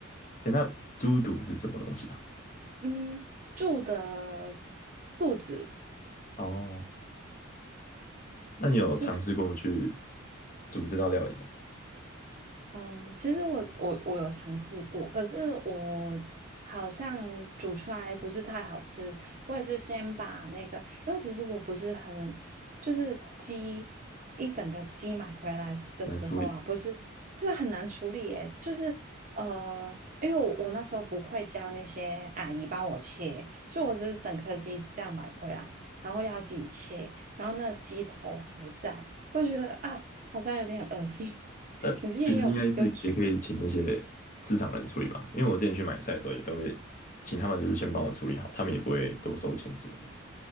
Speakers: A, on the left (about 40°); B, on the right (about 40°).
A: 诶，那猪肚是什么东西啊？
B: 嗯，住的肚子。
A: 哦，那你有尝试过去
B: 是，
A: 煮这道料理吗？
B: 嗯、其实我我我有尝试过，可是我好像煮出来不是太好吃。我也是先把那个，因为其实我不是很，就是鸡一整个鸡买回来的时候啊，
A: 难处理。
B: 不是，对，很难处理耶。就是呃，因为我我那时候不会教那些阿姨帮我切，所以我是整颗鸡这样买回来，然后要自己切，然后那个鸡头还在，我就觉得啊，好像有点恶心。
A: 但其实应该是也可以请那些市场人处理吧，
B: 你之前有有煮？
A: 因为我之前去买菜的时候也都会请他们，就是先帮我处理好，他们也不会多收钱什么的。